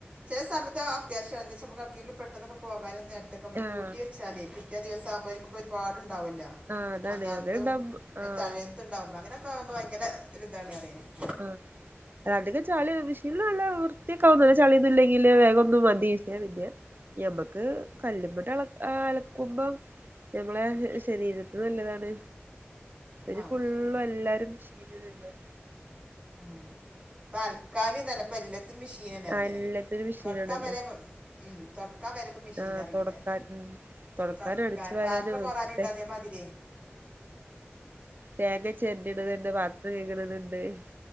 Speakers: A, on the right; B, on the right.
A: ചില സമയത്ത് അത്യാവശ്യമാണ് എന്ത വെച്ചാ നമുക്കക്ക് ആർക്കെങ്കിലും പോകാനും പോകാനും നമ്മൾ
B: ആഹ്
A: കൂട്ട വൊ <unintelligible> ലേ പിറ്റേന്ന് ദിവസകുമ്പോ നമുക്ക് ഒരുപാട് ഉണ്ടാവല്ലോ
B: ആഹ് അതാണ്
A: അന്നത്തും
B: അങ്ങനെണ്ടാവുമ്പോ
A: അതിന്റെ
B: ആഹ്
A: തലേനത്തതും <unintelligible> അങ്ങനെയൊക്കെ ആകുമ്പോൾ ഭയങ്കര ഒരു ഇതാണ് റിയാ
B: ആഹ അധികെ ചാളിയ വിഷയല്ല അല്ല വൃത്തിയക്ക ഒന്നല്ല ചളിയന്നില്ലെങ്കില് വേഗ ഒന്നും മതി പിന്നെ ഞമ്മക്ക് കല്ലുമ്പ അ കുംഭം ഞമ്മളെ ശരീരത്തി നല്ലതാണ് ഇത്
A: ആഹ്
B: ഫുള്ളും
A: ശരിയാണ്
B: എല്ലാരും മിശീരിലല്ലേ
A: ഉം ഇപ്പ അൽക്കാനന്നല്ലപ്പ എല്ലാത്തിും മെഷീൻ തന്നെല്ലേ
B: ആ എല്ലാത്തിനും മെഷീനാണല്ലോ
A: തൊടക്കാൻ വരെ ഉം തൊടക്കാൻ വരെപ്പ മെഷീൻ
B: ആ
A: ഇറിങ്ങല്ലേ
B: തൊടക്കാൻ ഉം തൊടക്കാനും
A: തൊടക്കാൻ
B: അടിച്ചു വാരാനും
A: പാത്രം മഓറാനും
B: ഒക്കെ
A: ഇണ്ടാതി മതിരേ
B: <unintelligible> ചെല്ലണത്ണ്ട് പത്രം കേങ്ങണണ്ട് <unintelligible>